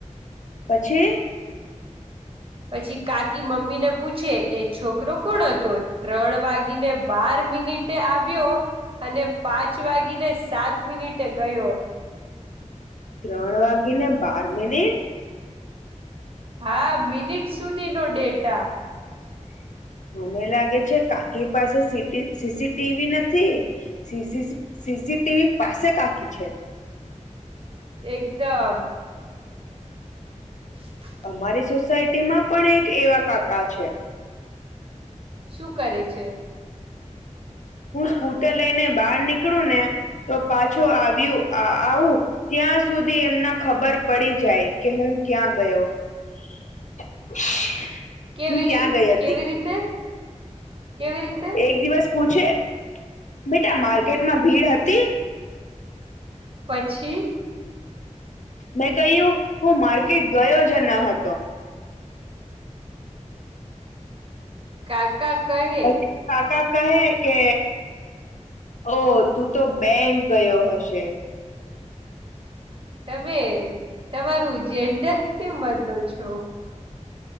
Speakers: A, on the left; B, on the right.
A: પછી
B: પછી કાકી મમ્મી ને પૂછે એ છોકરો કોણ હતો? ત્રણ વાગીને બાર મિનિટે આવ્યો અને પાંચ વાગી ને સાત મિનિટે ગયો.
A: ત્રણ વાગી ને બાર મિનિટ
B: હા મિનિટ સુધી નો ડેટા
A: <inaudible> મને લાગે છે કાકી પાસે સીટી સીસીટીવી નથી. સીસીસી સીટીવી પાસે કાકી છે.
B: એકદમ <inaudible>
A: અમારી સોસાયટી માં પણ એક એવા કાકા છે.
B: શું કરે છે?
A: હું સ્કૂટર લઈને બાર નીકળું ને તો પાછો આવ્યું આ આવું. ત્યાં સુધી એમના ખબર પડી જાય કે હું ક્યાં ગયો? <inaudible>
B: કેવી રીત
A: ક્યાં ગઈ
B: કેવી
A: હતી
B: રીતે કેવી રીતે?
A: એક દિવસ પૂછે બેટા માકેટમાં ભીડ હતી?
B: પછી
A: મેં કહ્યું હું માર્કેટ ગયો જ ન હતો.
B: કાકા
A: પછી
B: કહે
A: કાકા કહે કે ઓ તું તો બેંક ગયો હશે.
B: તમે તમારું જેન્ડર કેમ બદલો છો.